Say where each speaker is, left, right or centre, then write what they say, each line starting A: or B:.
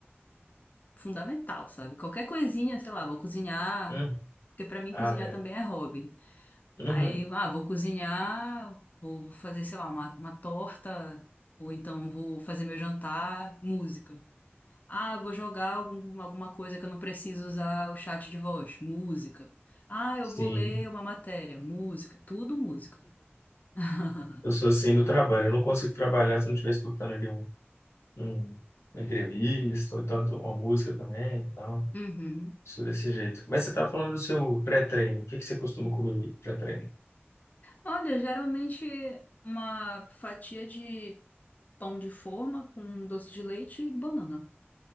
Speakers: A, on the left; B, on the left.
A: fundamental, sabe? Qualquer coisinha, sei lá, vou cozinhar.
B: Uhum.
A: Porque pra mim,
B: Ah,
A: cozinhar
B: é.
A: também é hobby.
B: Uhum.
A: Aí, ah, vou cozinhar, vou fazer, sei lá, uma, uma torta, ou então vou fazer meu jantar, música. Ah, eu vou jogar algum- alguma coisa que eu não preciso usar o chat de voz, música. Ah, eu
B: Sim.
A: vou ler uma matéria, música, tudo música. <laughs>
B: Eu sou assim do trabalho. Eu não consigo trabalhar se eu não estiver escutando ali um, um- uma entrevista, ou então uma música também, e tal.
A: Uhum.
B: Sou desse jeito. Mas você estava falando do seu pré-treino. O que que você costuma comer no pré-treino?
A: Olha, geralmente uma fatia de pão de forma com doce de leite e banana,